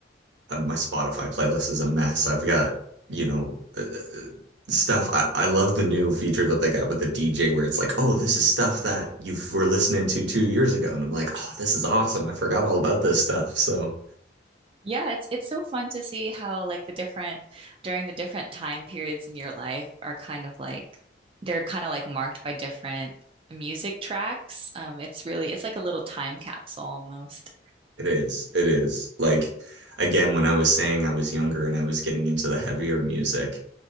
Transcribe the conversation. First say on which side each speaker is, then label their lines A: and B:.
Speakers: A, on the right; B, on the right.
A: a my Spotify playlist is a mess. I've got, you know, uh, uh, stuff. I, I love the new feature that they got with the DJ where it's like, oh, this is stuff that you were listening to two years ago. And I'm like, oh, this is awesome. I forgot all about this stuff. So
B: Yeah, it's it's so fun to see how like the different during the different time periods in your life are kind of like they're kind of like marked by different music tracks. Um, it's really it's like a little time capsule almost.
A: It is. It is. Like, again, when I was saying I was younger and I was getting into the heavier music,